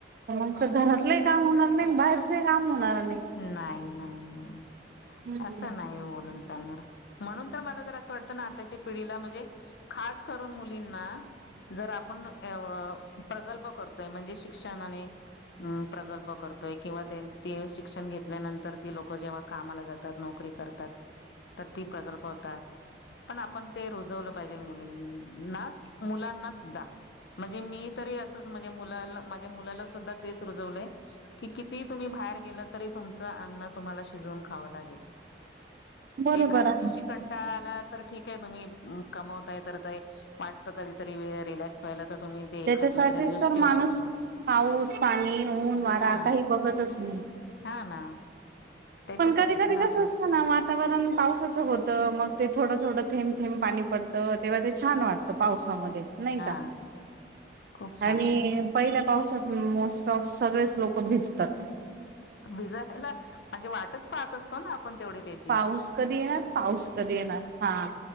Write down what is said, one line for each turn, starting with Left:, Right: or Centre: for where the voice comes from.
Right: मग त घरातलंही काम होणार नाहीन. बाहेरचही काम होणार नाही.
Left: नाही नाही नाही.
Right: हम्म
Left: असं नाही बोलून चालणार. म्हणून तर मला जर असं वाटतं ना, आताच्या पिढीला. म्हणजे खास करून मुलींना. जर आपण अ प्रगल्भ करतोय. म्हणजे शिक्षण आणि अ प्रकल्प करतोय. किंवा ते ती अशी शिक्षण घेतल्यानंतर ती लोक जेव्हा कामाला जातात. नोकरी करतात. तर ती प्रगल्प होतात. पण आपण ते रुजवलं पाहिजे मुलींना. मुलांना सुद्धा. म्हणजे मी तरी असंच म्हणजे मुलाला. माझ्या मुलाला सुद्धा तेच रुजवलंय. कि किती तुम्ही बाहेर गेलत. तरी तुमच अन्न तुम्हाला शिजवून खावा लागेल.
Right: बरोबर
Left: एखाद्या
Right: आहे
Left: दिवशी कंटाळा आला तर ठीके. तुम्ही कमवताय तर ते वाटत कधीतरी रिलॅक्स व्हायला तर तुम्ही ते
Right: त्याच्यासाठीच
Left: एखाद दुसऱ्या दिवस
Right: तर
Left: ठेवू
Right: माणूस
Left: शकतो
Right: पाऊस, पाणी, ऊन, वारा
Left: हा
Right: काही बघतच नाही.
Left: हा ना, त्याच्यासाठीच
Right: पण कधी कधी
Left: ना
Right: कस.
Left: आपण
Right: ना वातावरण पावसाचं होतं मग ते थोडं थोडं थेंब थेंब पाणी पडतं तेव्हा ते छान वाटत. पावसामध्ये नाही
Left: हा
Right: का
Left: खूप छान
Right: आणि.
Left: वाटत
Right: पहिल्या पावसात मोस्ट ऑफ सगळेच लोक भिजतात.
Left: भिजायला म्हणजे वाटच पाहत असतो ना आपण तेवढी ते.
Right: पाऊस कधी येणार पाऊस कधी येणार हा.